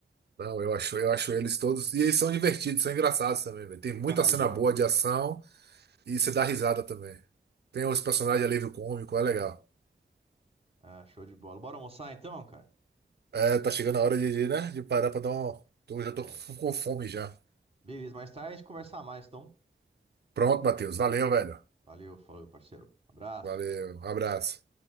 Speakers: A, on the right (about 55°); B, on the right (about 30°).
A: Não, eu acho, eu acho eles todos. E eles são divertidos, são engraçados também, velho. Tem muita
B: Aí,
A: cena
B: ó.
A: boa de ação e você dá risada também. Tem os personagens alívio cômico, é legal.
B: Ah, show de bola. Bora almoçar então, cara?
A: É, tá chegando a hora de, de, né, de parar pra dar um. Eu já
B: É.
A: tô com com fome já.
B: Beleza, mais tarde a gente conversar mais, então.
A: Pronto, Matheus. Valeu, velho.
B: Valeu, falou, parceiro. Abraço.
A: Valeu, um abraço.